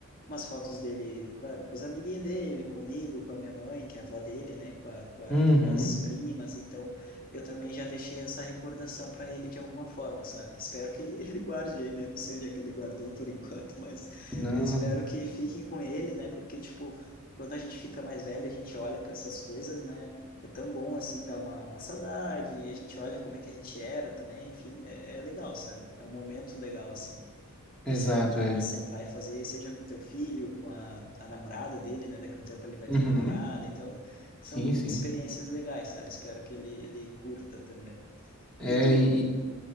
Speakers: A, on the left; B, in the centre.
A: umas fotos dele com, a- com os amiguinhos dele, comigo, com a minha mãe, que é a avó dele, né, com, a, com, a,
B: Uhum.
A: com as primas, então eu também já deixei essa recordação para ele de alguma forma, sabe? Espero que ele, <laughs> ele guarde aí, né? Não sei onde é que ele guardou por enquanto, mas
B: Não,
A: eu espero que fique com ele, né? Porque, tipo, quando a gente fica mais velho, a gente olha para essas coisas, né? É tão bom assim, dá uma, uma saudade, e a gente olha como é que a gente era também, enfim, é, é legal, sabe? É um momento legal, assim
B: exato,
A: de sentar,
B: é.
A: sentar e fazer, seja com teu filho, com a, a namorada dele, né? Daqui a um tempo ele vai
B: Uhum.
A: ter namorada, então são
B: Sim, sim.
A: experiências legais, sabe? Espero que ele, ele curta também.
B: É,
A: E tu?
B: e,